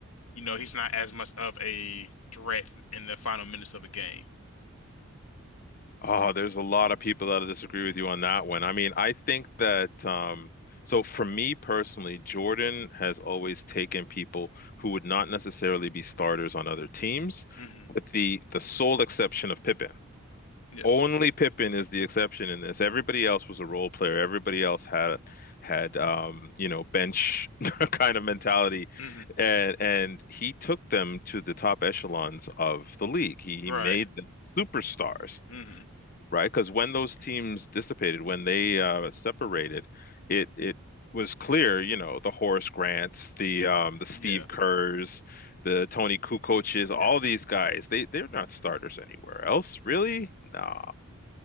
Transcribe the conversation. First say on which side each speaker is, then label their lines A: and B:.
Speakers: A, on the left; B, on the left.
A: you know, he's not as much of a threat in the final minutes of a game.
B: Oh, there's a lot of people that disagree with you on that one. I mean, I think that um so for me personally, Jordan has always taken people who would not necessarily be starters on other teams,
A: hmm
B: with the the sole exception of Pippen.
A: Yes.
B: Only Pippen is the exception in this. Everybody else was a role player. Everybody else had had um, you know, bench <laughs> kind of mentality.
A: hmm
B: And and he took them to the top echelons of the league. He he
A: Right.
B: made them superstars
A: hmm
B: right? Because when those teams dissipated, when they uh, separated, it it was clear, you know, the Horace Grants, the um, the Steve
A: Yeah.
B: Kerrs, the Tony Kukoces, all
A: Yes.
B: these guys, they they're not starters anywhere else, really?
A: Yeah.
B: No,